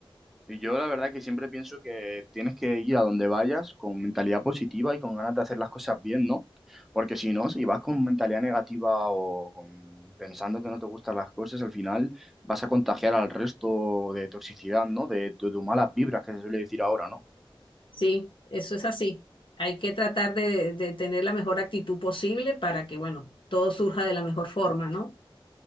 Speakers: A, in the centre; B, on the left.
A: Y yo la verdad que siempre pienso que tienes que ir a donde vayas con mentalidad positiva y con ganas de hacer las cosas bien, ¿no? Porque si no, si vas con mentalidad negativa o con- pensando que no te gustan las cosas, al final vas a contagiar al resto de toxicidad, ¿no? De, de tus malas vibras, que se suele decir ahora, ¿no?
B: Sí, eso es así. Hay que tratar de, de tener la mejor actitud posible para que, bueno, todo surja de la mejor forma, ¿no?